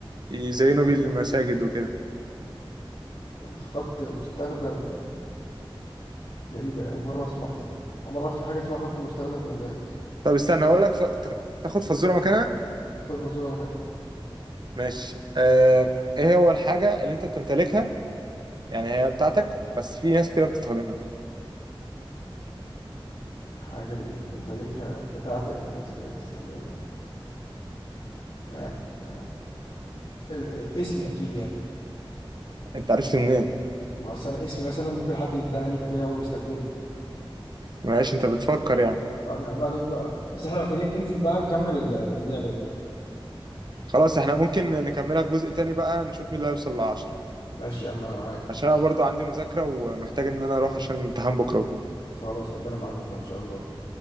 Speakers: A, on the right (about 50°); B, on the left (about 70°).
A: يزينوا بيه المساجد وكده
B: الخط المستخدم ده ايه ده أول مرة اسمع يعني أول مرة في حاجة اسمها خط مستخدم في المساجد أصلا
A: طب استنى هقول لك ف... تاخد فزورة مكانها
B: خد فزورة مكانها
A: ماشي آه... ايه هو الحاجة اللي انت بتمتلكها يعني هي بتاعتك بس في ناس كده بتستخدمها
B: الحاجة اللي أنت تمتلكها بتاعتك بس هي بتستخدمها آه، آه. ال- آه، اسمي اكيد يعني
A: انت عرفت منين
B: ما أصل أنا اسمي مثلا ممكن حد يندهلي لي فكده هو بيستخدمه
A: معلش انت بتفكر يعني
B: اه يا عم عليك بقى بس احنا محتاجين ننزل بقى نكمل ال- اللعبة دي
A: خلاص احنا ممكن نكملها في جزء تاني بقى نشوف مين اللي هيوصل لعشرة
B: ماشي يا عم أنا معاك
A: عشان انا برضو عندي مذاكرة ومحتاج ان انا اروح عشان امتحان بكرة وكده
B: خلاص ربنا معاك بكرة إن شاء الله